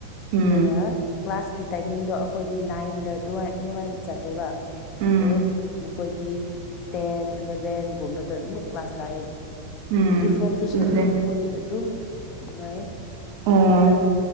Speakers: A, on the right; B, on the left.
A: ꯎꯝ
B: ꯑꯗꯨꯗ ꯀ꯭ꯂꯥꯁꯀꯤ ꯇꯥꯏꯃꯤꯡꯗꯣ ꯑꯩꯈꯣꯏꯗꯤ ꯅꯥꯏꯟꯗ ꯑꯗꯨ ꯑꯗꯨꯃꯥꯏꯅ ꯆꯠꯂꯦꯕ
A: ꯎꯝ
B: ꯑꯗꯣ ꯃꯈꯣꯏꯗꯤ ꯇꯦꯟ ꯑꯦꯂꯚꯦꯟꯒꯨꯝꯕꯗ ꯑꯃꯨꯛ ꯀ꯭ꯂꯥꯁ ꯂꯥꯛꯑꯦ
A: ꯎꯝ
B: ꯌꯨꯗꯤꯐꯣꯔꯝꯁꯨ
A: ꯑꯗꯨꯅꯦ
B: ꯁꯦꯠꯇꯦ ꯃꯈꯣꯏꯗꯤ ꯑꯗꯨꯝ ꯅꯨꯡꯉꯥꯏꯌꯦ
A: ꯑꯣ